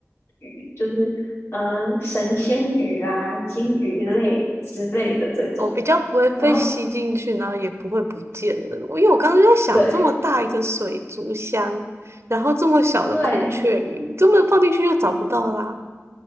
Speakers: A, on the left; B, on the right.
A: 鱼，就是呃神仙鱼啊、金鱼类之类的这种。
B: 我比较不会被吸进去，
A: 然后
B: 然后也不会不见的那种。因为我刚刚就在想，
A: 对
B: 这么大一个水族箱，然后这么小的孔雀鱼，
A: 对，
B: 你根本放进去就找不到啦。